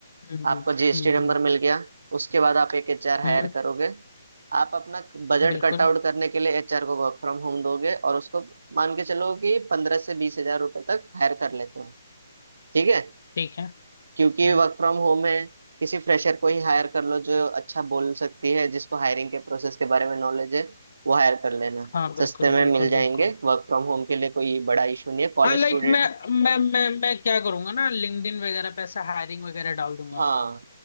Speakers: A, on the left (about 55°); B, on the right (about 65°).
A: हम्म
B: आपको
A: हम्म
B: जीएसटी नंबर
A: हम्म
B: मिल गया उसके बाद आप एक एचआर हायर
A: हम्म हम्म,
B: करोगे आप अपना बजट
A: बिल्कुल
B: कट आउट करने के लिए एचआर को वर्क फ्रॉम होम दोगे और उसको मान के चलो कि पंद्रह से बीस हजार रुपए तक हायर कर लेते हो ठीक है
A: ठीक है
B: क्योंकि
A: हम्म
B: वर्क फ्रॉम होम है किसी फ्रेशर को ही हायर कर लो जो अच्छा बोल सकती है जिसको हायरिंग के प्रोसेस के बारे में नॉलेज है वो हायर कर लेना
A: हाँ बिल्कुल
B: सस्ते में
A: बिल्कुल
B: मिल जाएंगे
A: बिल्कुल
B: वर्क फ्रॉम होम के लिए कोई बड़ा इशू नहीं है कॉलेज
A: हाँ लाइक
B: स्टूडेंट
A: मैं मैं मैं मैं क्या करूंगा ना लिंक्डइन वगैरह पे ऐसा हायरिंग वगैरह डाल दूंगा
B: हाँ